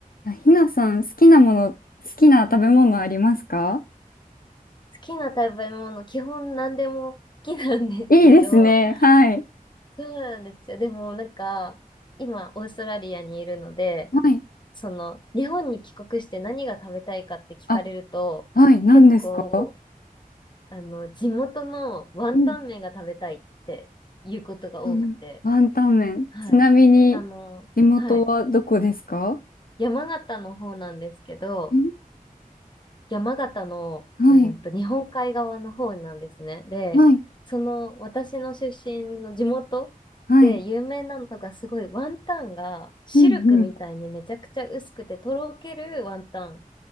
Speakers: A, on the left; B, on the left.
A: あひなさん、好きなもの、好きな食べ物ありますか
B: きな食べ物、基本何でも好きなんですけど、
A: いいですね。
B: <laughs>
A: はい。
B: そうなんですよ。でもなんか、今、オーストラリアにいるので、
A: はい。
B: その、日本に帰国して何が食べたいかって聞かれると、
A: あ、はい、何ですか
B: 結構、あの、地元のワンタン麺が食べたいっていうことが多くて、
A: うん。あの、ワンタン麺。
B: はい。
A: ちなみに、
B: あの、
A: 地元はどこですか
B: はい。山形の方なんですけど、
A: ん
B: 山形の、
A: はい、
B: うんと、日本海側の方なんですね。で、
A: はい、
B: その、私の出身の地元で有名なのがすごいワンタンがシルクみたいにめちゃくちゃ薄くてとろけるワンタン
A: はい。うん、うん。